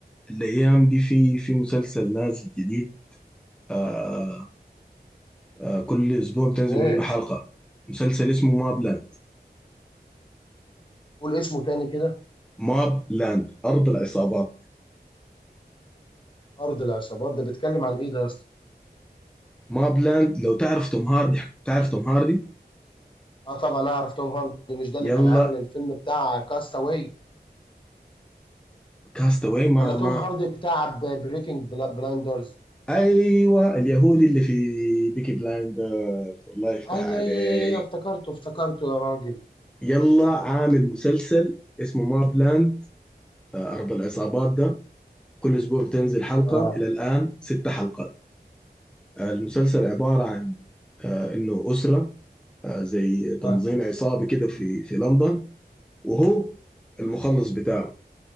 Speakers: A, in the centre; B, on the left.
A: الأيام دي في في مسلسل نازل جديد آه آه كل أسبوع بتنزل
B: اسمه
A: منه
B: ايه
A: حلقة مسلسل اسمه ماب لاند
B: قول اسمه تاني كده
A: ماب لاند أرض العصابات
B: ارض العصابات ده بيتكلم عن ايه ده يا اسطى
A: ماب لاند لو تعرف توم هاردي تعرف توم هاردي
B: اه طبعا اعرف توم هاردي مش ده اللي
A: يلا
B: كان عامل الفيلم بتاع كاستاوي
A: كاستاوي ما
B: ولا توم
A: ما
B: هاردي بتاع بريكنج بلاندرز
A: ايوه اليهودي اللي في بيكي بلايندر الله يفتح
B: اي
A: عليك
B: اي اي اي افتكرته افتكرته يا راجل
A: يلا عامل مسلسل اسمه ماب لاند آه، ارض العصابات ده كل اسبوع بتنزل حلقه
B: اه
A: الى الان ست حلقات آه، المسلسل عباره عن آه، انه اسره آه، زي تنظيم
B: اه
A: عصابي كده في في لندن وهو المخلص بتاعه